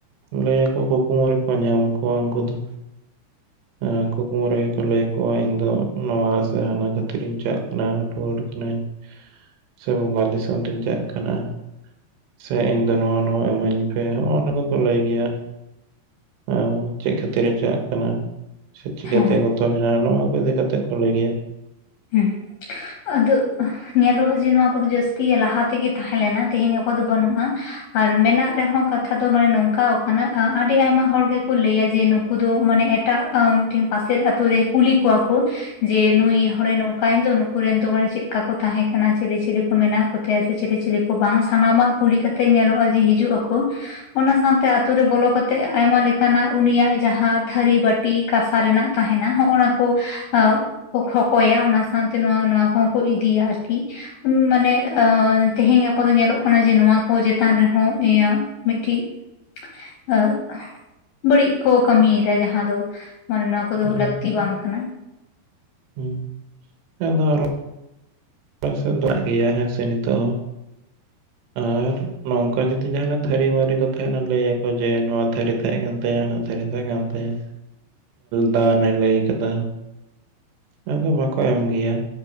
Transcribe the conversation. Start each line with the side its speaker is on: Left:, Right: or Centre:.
Right: ᱞᱟᱹᱭᱟ ᱠᱚ ᱠᱩᱠᱢᱩ ᱨᱮᱠᱚ ᱧᱟᱢ ᱠᱚᱣᱟ ᱩᱱᱠᱩ ᱫᱚ᱾
Left: <inaudible>
Right: ᱮᱸ ᱠᱩᱠᱢᱩ ᱨᱮᱜᱮᱠᱚ ᱞᱟᱹᱭᱟ ᱠᱚᱣᱟ ᱤᱧ ᱫᱚ ᱱᱚᱣᱟ ᱥᱮ ᱦᱟᱱᱟ ᱠᱷᱟᱹᱛᱤᱨ ᱤᱧ ᱪᱟᱜ ᱠᱟᱱᱟ ᱨᱩᱣᱟᱹᱲ ᱠᱟᱹᱱᱟᱹᱧ᱾
Left: <inaudible>
Right: ᱥᱮ ᱵᱚᱸᱜᱟ ᱫᱤᱥᱚᱢ ᱨᱤᱧ ᱪᱟᱜ ᱠᱟᱱᱟ᱾ ᱥᱮ ᱤᱧ ᱫᱚ ᱱᱚᱣᱟ ᱱᱚᱣᱟ ᱮᱢᱟᱹᱧ ᱯᱮ ᱱᱚᱜᱼᱚ ᱱᱚᱣᱟ ᱠᱚᱠᱚ ᱞᱟᱹᱭ ᱜᱮᱭᱟ᱾ ᱮ ᱪᱮᱫ ᱠᱷᱟᱹᱛᱤᱨᱮ ᱪᱟᱜ ᱠᱟᱱᱟ? ᱥᱮ ᱪᱤᱠᱟᱹᱛᱮ
Left: ᱦᱮᱸ
Right: ᱜᱚᱛᱚ ᱮᱱᱟᱭ ᱱᱚᱣᱟ ᱠᱚ ᱤᱫᱤ ᱠᱟᱛᱮ ᱠᱚ ᱞᱟᱹᱭ ᱜᱮᱭᱟ᱾
Left: ᱦᱮᱸ᱾ ᱟᱫᱚ ᱧᱮᱞᱚᱜᱼᱟ ᱡᱮ ᱱᱚᱣᱟ ᱠᱚᱫᱚ ᱡᱟᱹᱥᱛᱤ ᱞᱟᱦᱟ ᱛᱮᱜᱮ ᱛᱟᱦᱮᱸᱞᱮᱱᱟ ᱛᱮᱦᱮᱧ ᱜᱟᱯᱟ ᱫᱚ ᱵᱟᱹᱱᱩᱜᱼᱟ᱾ ᱟᱨ ᱢᱮᱱᱟᱜ ᱨᱮᱦᱚᱸ ᱠᱟᱛᱷᱟ ᱫᱚ ᱢᱟᱹᱭ ᱱᱚᱝᱠᱟᱣ ᱠᱟᱱᱟ ᱟᱹᱰᱤ ᱟᱭᱢᱟ ᱦᱚᱲ ᱜᱮᱠᱚ ᱞᱟᱹᱭᱟ ᱡᱮ ᱱᱩᱠᱩ ᱫᱚ ᱢᱟᱱᱮ ᱮ ᱮᱴᱟᱜ ᱢᱤᱫᱴᱤ ᱯᱟᱥᱮᱨ ᱟᱛᱳ ᱨᱮ ᱠᱩᱞᱤ ᱠᱚᱣᱟ ᱠᱚ ᱡᱮ ᱱᱩᱭ ᱦᱚᱲᱮ ᱱᱚᱝᱠᱟᱭᱮᱱ ᱫᱚ ᱱᱩᱠᱩ ᱨᱮᱱ ᱫᱚ ᱢᱟᱱᱮ ᱪᱮᱫᱠᱟ ᱠᱚ ᱛᱟᱦᱮᱸ ᱠᱟᱱᱟ, ᱪᱮᱞᱮ ᱪᱮᱞᱮ ᱠᱚ ᱢᱮᱱᱟᱜ ᱠᱚᱛᱟᱭᱟ ᱥᱮ ᱪᱮᱞᱮ ᱪᱮᱞᱮ ᱵᱟᱝ ᱥᱟᱱᱟᱢᱟᱜ ᱠᱩᱞᱤ ᱠᱟᱛᱮᱜ ᱧᱮᱞᱚᱜᱼᱟ ᱡᱮ ᱦᱤᱡᱩᱜ ᱟᱠᱚ᱾ ᱚᱱᱟ ᱥᱟᱶᱛᱮ ᱟᱹᱛᱩ ᱨᱮ ᱵᱚᱞᱚ ᱠᱟᱛᱮᱜ ᱟᱭᱢᱟ ᱞᱮᱠᱟᱱᱟᱜ ᱩᱱᱤᱭᱟᱜ ᱡᱟᱦᱟᱸ ᱛᱷᱟᱹᱨᱤ, ᱵᱟᱹᱴᱤ ᱠᱟᱸᱥᱟ ᱨᱮᱱᱟᱜ ᱛᱟᱦᱮᱸᱱᱟ, ᱦᱚᱸᱜ-ᱚᱱᱟ ᱠᱚ ᱮ ᱠᱷᱚ ᱠᱚᱭᱟ ᱚᱱᱟ ᱥᱟᱶᱛᱮ ᱱᱚᱣᱟ ᱱᱚᱣᱟ ᱠᱚᱦᱚᱸ ᱠᱚ ᱤᱫᱤᱭᱟ ᱟᱨᱠᱤ ᱢᱟᱱᱮ ᱟᱸᱻ ᱛᱮᱦᱮᱸᱧ ᱜᱟᱯᱟ ᱫᱚ ᱧᱮᱞᱚᱜ ᱠᱟᱱᱟ ᱡᱮ ᱱᱚᱣᱟ ᱠᱚ ᱪᱮᱛᱟᱱ ᱨᱮᱦᱚᱸ ᱤᱭᱟᱹ ᱢᱤᱫᱴᱤᱡ ᱟ ᱵᱟᱹᱲᱤᱡᱽ ᱠᱚ ᱠᱟᱹᱢᱤᱭᱮᱫᱟ ᱡᱟᱦᱟᱸ ᱫᱚ ᱢᱟᱱᱮ ᱱᱚᱣᱟ ᱠᱚᱫᱚ
Right: ᱦᱩᱸ
Left: ᱞᱟᱹᱠᱛᱤ ᱵᱟᱝ ᱠᱟᱱᱟ᱾
Right: ᱦᱩᱸ <inaudible> ᱯᱮᱥᱮ ᱫᱚ ᱞᱟᱜ ᱜᱮᱭᱟ ᱦᱮᱸ ᱥᱮ ᱱᱤᱛᱚᱜ ᱦᱚᱸ᱾
Left: <inaudible>
Right: ᱟᱨ ᱱᱚᱝᱠᱟ ᱡᱩᱫᱤ ᱡᱟᱦᱟᱱᱟᱜ ᱛᱷᱟᱹᱨᱤ ᱢᱟᱨᱟᱹᱨᱤ ᱠᱚ ᱛᱟᱦᱮᱱᱟ ᱞᱟᱹᱭᱟᱠᱚ ᱡᱮ ᱱᱚᱣᱟ ᱛᱷᱟᱹᱨᱤ ᱛᱟᱦᱮᱸ ᱠᱟᱱ ᱛᱟᱭᱟ ᱚᱱᱟ ᱛᱦᱟᱹᱨᱤ ᱛᱟᱦᱮ ᱠᱟᱱ ᱛᱟᱭᱟ ᱫᱟᱱᱮ ᱞᱟᱹᱭ ᱠᱟᱫᱟ? ᱟᱫᱚ ᱵᱟᱠᱚ ᱮᱢ ᱜᱮᱭᱟ